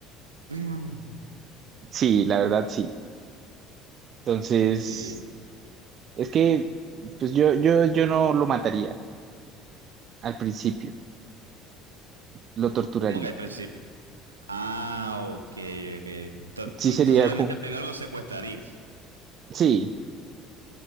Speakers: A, on the right (about 80°); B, on the right (about 40°).
A: <laughs>
B: Sí, la verdad sí. Entonces,
A: Sí.
B: es que pues yo, yo, yo no lo mataría al principio, lo torturaría.
A: ¿Cómo que al principio? Ah, ok, ok. Ento-
B: Sí
A: Entonces
B: sería
A: realmente
B: como,
A: primero lo secuestrarías.
B: sí,